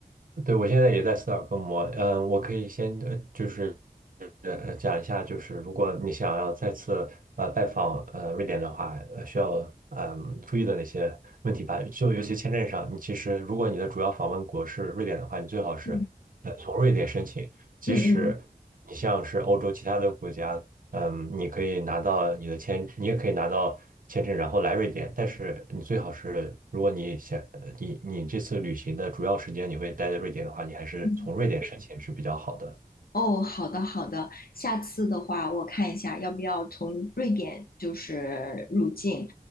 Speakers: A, on the right (about 65°); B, on the left (about 75°).
A: 对，我现在也在斯德哥尔摩，嗯，我可以先呃，就是呃讲一下，就是如果你想要再次呃拜访呃瑞典的话，呃需要嗯注意的那些问题吧，就尤其签证上，你其实如果你的主要访问国是瑞典的话，你最好是
B: 嗯
A: 呃从瑞典申请，即使你像是欧洲其他的国家。
B: 嗯
A: 嗯，你可以拿到你的签，你也可以拿到签证，然后来瑞典。但是你最好是，如果你想，呃你你这次旅行的主要时间你会待在瑞典的话，你还是从瑞典申请是比较好的。
B: 嗯。哦，好的好的，下次的话我看一下要不要从瑞典就是入境。